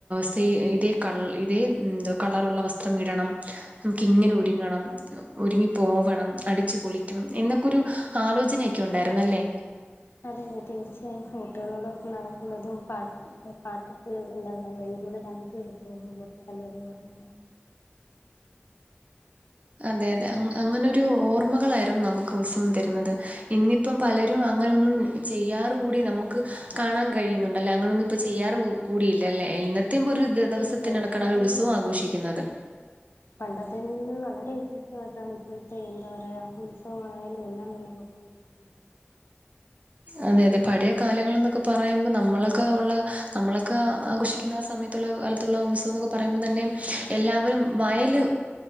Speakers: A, on the right (about 35°); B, on the left (about 70°).
A: സെയിം - ഇതേ ക ഇതേ എന്ത കളറുള്ള വസ്ത്രം ഇടണം നമുക്കിങ്ങനെ ഒരുങ്ങണം ഒരുങ്ങിപ്പോവണം അടിച്ചു പൊളിക്കണം എന്നൊക്കൊരു ആലോചനൊക്കെ ഉണ്ടായിരുന്നല്ലേ
B: അതെയതെ തീർച്ചയായും കൂട്ടുകാരോടൊപ്പം നടക്കുന്നതും പ പാട്ടിട്ട് എന്താ പറയ വഴിക്കൂടെ ഡാൻസ് ഉം ഉം ഇതൊക്കെ നല്ല ഓർമയാ
A: അതെ അതെ അങ്ങനൊരു ഓർമ്മകളായിരുന്നു നമുക്ക് ഉത്സവം തരുന്നത് ഇന്നി -പ്പം പലരും അങ്ങനൊന്നും ചെയ്യാറ് കൂടി നമുക്ക് കാണാൻ കഴിയുന്നുണ്ട് അല്ലേ അങ്ങനൊന്നും ഇപ്പ ചെയ്യാറ് കൂടിയില്ലല്ലെ ഇന്ന് അത്യം പോ ഒരു
B: ഇല്ല
A: ദിവസത്തിനനക്കാണ്
B: ഇല്ല ഇപ്പൊ
A: അവര്
B: തന്നെ
A: ഒരു ഉത്സവം ആഘോഷിക്കുന്നത്
B: അതെ പണ്ടത്തെ നിന്ന് വളരെ വ്യത്യസ്തമായിട്ടാണ് ഇപ്പോഴത്തെ എന്താ പറയാ ഉത്സവമായാലും എല്ലാം തന്നെ <unintelligible>
A: അതെ അതെ പഴയ കാലങ്ങള് ന്നൊക്കെ പറയുമ്പോ നമ്മളൊക്കെ ഉള്ള നമ്മളൊക്കെ ആഘോഷിക്കുന്ന ആഹ് സമയത്ത് കാലത്തുള്ള ഉത്സവം എന്നൊക്കെ പറയുമ്പോൾ തന്നെ എല്ലാവരും വയല്